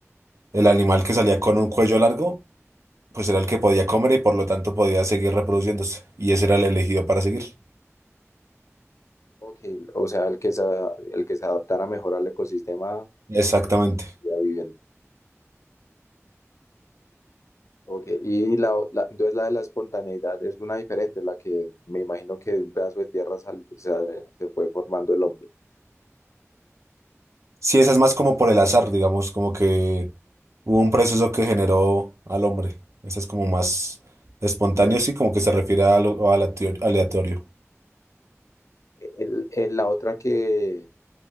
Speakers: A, on the right (about 70°); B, on the left (about 75°).
A: el animal que salía con un cuello largo pues era el que podía comer y por lo tanto podía seguir reproduciéndose. Y ese era el elegido para seguir.
B: Ok, o sea, el que se, el que se adaptara mejor al ecosistema
A: Exactamente.
B: y a vivienda. Ok, y la, o- la- entonces la de la espontaneidad es una diferente, la que me imagino que de un pedazo de tierra sal- se, se fue formando el hombre.
A: Sí, esa es más como por el azar, digamos, como que hubo un proceso que generó al hombre. Esa es como más espontáneo, sí, como que se refiere a lo a la teo- aleatorio.
B: El- el- la otra que,